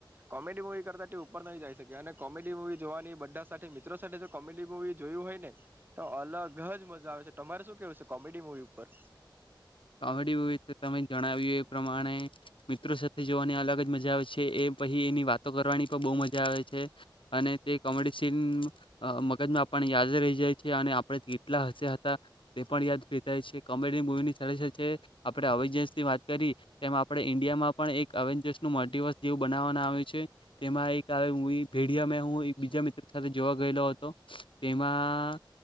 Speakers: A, on the right; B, on the left.
A: કોમેડી મુૂવી કરતાં તે ઉપર ન જઈ શકે અને કોમેડી મુવી જોવાની બધા સાથે મિત્રો સાથે જો કોમેડી મુવી જોઇ હોય ને તો અલગ જ મજા આવે છે તમારે શું કેવું છે કોમેડી મુવી ઉપર
B: કોમેડી મૂવી તમે જણાવ્યું એ પ્રમાણે મિત્રો સાથે જોવાની અલગ જ મજા આવે છે એ પછી એની વાતો કરવાની પણ બહુ મજા આવે છે અને તે કોમેડી સીન મગજમાં આપણને યાદ રહી જાય છે અને આપણે કેટલા હશે હતા તે પણ યાદ જાય છે કોમેડી મુવીની આપણે અવેજન્સ ની વાત કરી તેમ આપણે ઈન્ડિયામાં પણ એક અવેજન્સ નું <unintelligible> જેવું બનાવવાના આવ્યું છે તેમાં એક આવે મુવી ભેડિયા મે હું એક બીજા મિત્ર સાથે જોવા ગયેલો હતો તેમાં